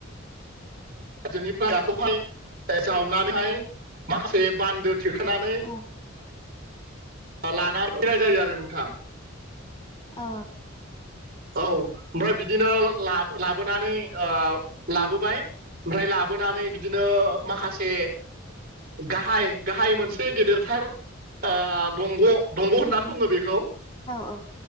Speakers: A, on the right (about 50°); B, on the left (about 25°).
A: हाजोनि हाखौहाय जावनानैहाय माखासे बान्दो थिखोनानै
B: औ
A: लानानै फैनाय जायो आरो नोंथां
B: अ
A: औ ओमफ्राय बिदिनो लाबो लाबोनानै ओ लाबोबाय ओमफ्राय लाबोनानै बिदिनो माखासे गाहाय गाहाय मोनसे गेदेरथार ओ दंग' दंग' होननानै बुङो बेखौ।
B: औ औ।